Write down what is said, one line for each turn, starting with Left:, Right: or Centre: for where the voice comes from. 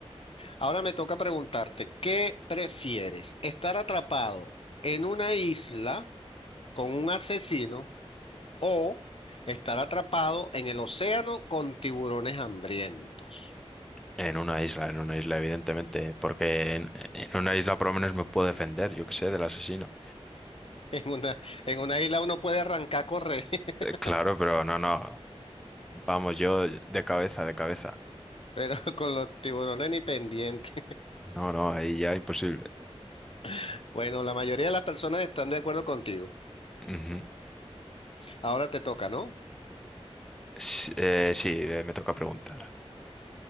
Left: Ahora me toca preguntarte, ¿qué prefieres? ¿Estar atrapado en una isla con un asesino o estar atrapado en el océano con tiburones hambrientos? <laughs>
Centre: en una isla, en una isla, evidentemente, porque en, en una isla por lo menos me puedo defender, yo qué sé, del asesino.
Left: En una, en una isla uno puede arrancar a correr, <laughs>
Centre: Eh, claro, pero no, no, vamos, yo de cabeza, de cabeza.
Left: pero con los tiburones ni pendientes.
Centre: No, no, ahí ya imposible.
Left: <laughs> Bueno, la mayoría de las personas están de acuerdo contigo.
Centre: Ujú.
Left: Ahora te toca, ¿no?
Centre: S- eh, sí, eh, me toca preguntar.